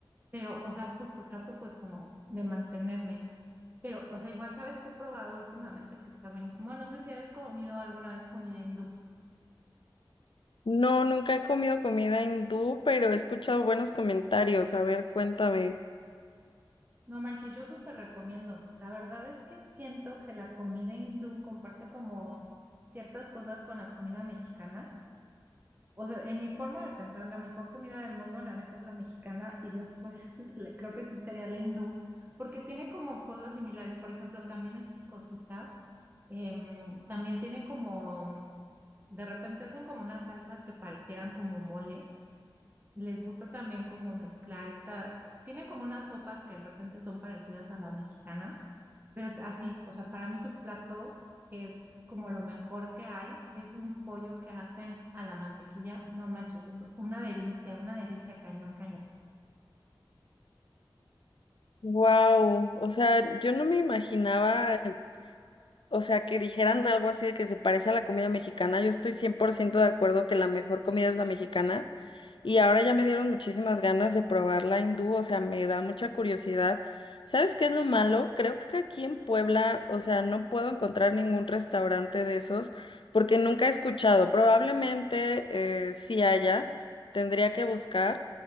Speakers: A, on the right; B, on the left.
A: Pero, o sea, justo trato pues como de mantenerme. Pero, o sea, igual sabes que he probado últimamente que está buenísimo. No sé si has comido alguna vez comida hindú.
B: No, nunca he comido comida hindú, pero he escuchado buenos comentarios. A ver, cuéntame.
A: No manches, yo súper recomiendo. La verdad es que siento que la comida hindú comparte como ciertas cosas con la comida mexicana. O sea, en mi forma de pensar, la mejor comida del mundo, la neta, es la mexicana y después <laughs> le- creo que sí sería la hindú, porque tiene como cosas similares. Por ejemplo, también es picosita, em, también tiene como, de repente hacen como unas salsas que parecieran como mole. Les gusta también como mezclar esta, tiene como unas sopas que de repente son parecidas a la mexicana pero así, o sea, para mí su plato, que es como lo mejor que hay, es un pollo que hacen a la mantequilla. No manches, es una delicia, una delicia cañón, cañón.
B: Wow, o sea, yo no me imaginaba O sea, que dijeran algo así de que se parece a la comida mexicana. Yo estoy 100% de acuerdo que la mejor comida es la mexicana y ahora ya me dieron muchísimas ganas de probar la hindú, o sea, me da mucha curiosidad. ¿Sabes qué es lo malo? Creo que aquí en Puebla, o sea, no puedo encontrar ningún restaurante de esos porque nunca he escuchado. Probablemente eh, sí haya, tendría que buscar,